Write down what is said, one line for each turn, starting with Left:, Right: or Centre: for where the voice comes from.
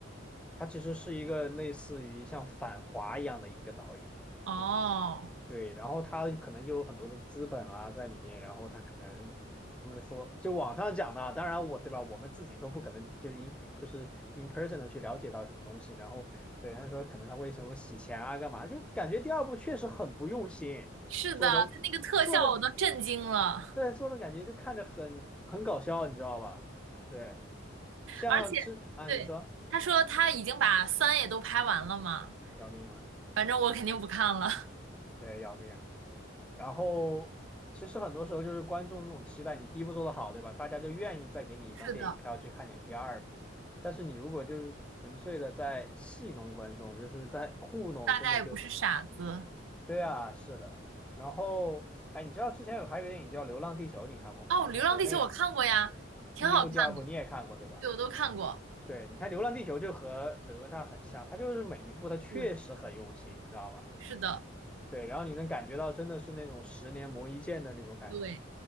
Centre: 他其实是一个类似于像反华一样的一个导演，
Right: <laughs> 哦。
Centre: 对，然后他可能就有很多的资本啊在里面，然后他可能他们说，就网上讲的啊当然我对吧，我们自己都不可能就是 in 就是 in person 的去了解到什么东西，然后对他说可能他会什么洗钱啊干嘛，就感觉第二部确实很不用心做的做的
Right: 是的，他那个特效我都震惊了，
Centre: 对做的感觉就看着很很搞笑，你知道吧？对，像之啊你说
Right: 而且，对，他说他已经把三也都拍完了嘛，
Centre: 要命了，
Right: 反正我肯定不看了。<laughs>
Centre: 对要命了。然后其实很多时候就是观众那种期待，你第一部做的好，对吧？大家就愿意再给你一张电影票去看你的第二部。
Right: 是的，
Centre: 但是你如果就是纯粹的在戏弄观众，就是在糊弄，
Right: 大家也不是傻子。
Centre: 真的就对啊，是的。然后哎，你知道之前有拍一个电影叫《流浪地球》，你看过吗？
Right: 哦，
Centre: 也是国内的，
Right: 《流浪地球》我看过呀，挺好看的，
Centre: 第一部、第二部你也看过，对吧？
Right: 对，我都看过。
Centre: 对，你看《流浪地球》就和哪吒很像，它就是每一部它确实很用心，
Right: 对，
Centre: 你知道吧？
Right: 是的，
Centre: 对，然后你能感觉到真的是那种十年磨一剑的那种感觉。
Right: 对，